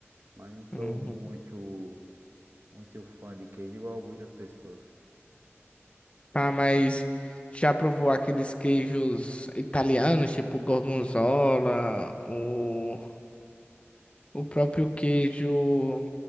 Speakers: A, on the right; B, on the left.
A: Mas não sou
B: Uhum.
A: muito, muito fã de queijo, igual muitas pessoas.
B: tá, mas já provou aqueles queijos italianos, tipo gorgonzola, o o próprio queijo